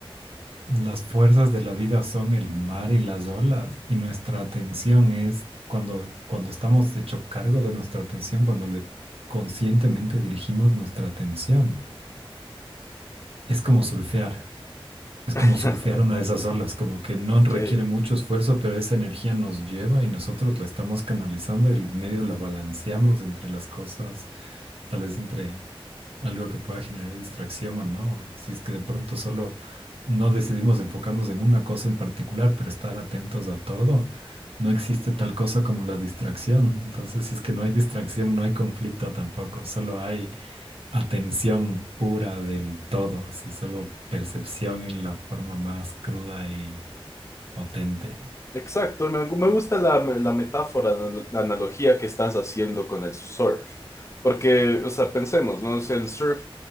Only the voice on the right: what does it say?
las fuerzas de la vida son el mar y las olas, y nuestra atención es cuando, cuando estamos hecho cargo de nuestra atención, cuando le conscientemente dirigimos nuestra atención. Es como surfear. Es
como surfear una de esas olas, como que no
requiere mucho esfuerzo, pero esa energía nos lleva y nosotros la estamos canalizando y el medio la balanceamos entre las cosas, tal vez entre algo que pueda generar distracción o no. Si es que de pronto solo no decidimos enfocarnos en una cosa en particular, pero estar atentos a todo, no existe tal cosa como la distracción. Entonces, si es que no hay distracción, no hay conflicto tampoco, solo hay atención pura del todo, así solo percepción en la forma más cruda y potente.